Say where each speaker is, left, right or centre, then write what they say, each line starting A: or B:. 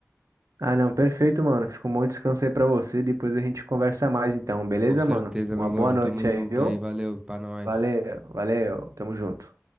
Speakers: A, on the right (about 80°); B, on the right (about 20°).
A: Ah, não, perfeito, mano. Fica um bom descanso aí pra você. Depois a gente conversa mais então, beleza,
B: Com certeza,
A: mano? Uma
B: meu
A: boa
B: mano.
A: noite
B: Tamo
A: aí,
B: junto
A: viu?
B: aí. Valeu, pra nós.
A: Valeu, valeu. Tamo junto.